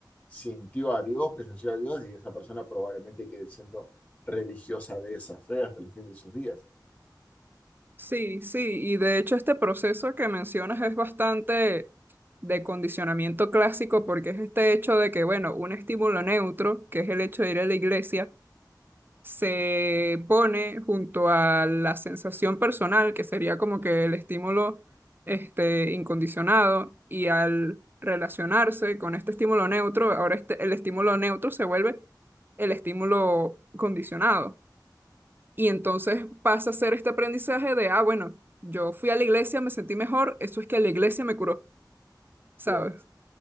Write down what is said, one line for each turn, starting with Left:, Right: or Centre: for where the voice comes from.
Left: sintió a Dios, presenció a Dios y esa persona probablemente quede siendo religiosa de esa fe hasta el fin de sus días.
Right: sí, sí. Y de hecho este proceso que mencionas es bastante de condicionamiento clásico porque es este hecho de que, bueno, un estímulo neutro, que es el hecho de ir a la iglesia, se pone junto a la sensación personal, que sería como que el estímulo este, incondicionado, y al relacionarse con este estímulo neutro, ahora este, el estímulo neutro se vuelve el estímulo condicionado. Y entonces pasa a ser este aprendizaje de, ah, bueno, yo fui a la iglesia, me sentí mejor, eso es que la iglesia me curó, ¿sabes?
Left: Claro,